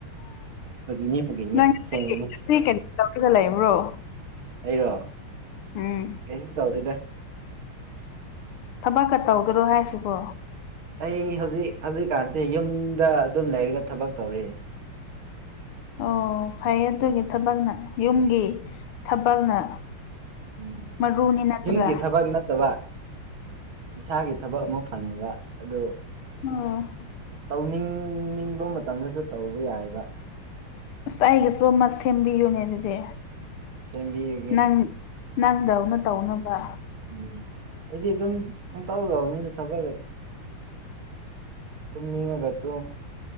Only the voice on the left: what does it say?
ꯅꯪ ꯉꯁꯤ
ꯉꯁꯤ ꯀꯩꯅꯣ ꯇꯧꯔꯒ ꯂꯩꯕ꯭ꯔꯣ
ꯎꯝ
ꯊꯕꯛꯀ ꯇꯧꯗꯔꯣ ꯍꯥꯏꯁꯤꯕꯣ
ꯑꯣ ꯐꯩ ꯑꯗꯨꯒꯤ ꯊꯕꯛꯅ ꯌꯨꯝꯒꯤ
ꯊꯕꯛꯅ
ꯃꯔꯨꯅꯤ ꯅꯠꯇ꯭ꯔꯥ
ꯑ
ꯑꯁ ꯑꯩꯒꯤꯁꯨ ꯑꯃ ꯁꯦꯝꯕꯤꯌꯨꯅꯦ ꯑꯗꯨꯗꯤ
ꯅꯪ ꯅꯪꯗꯧꯅ ꯇꯧꯅꯕ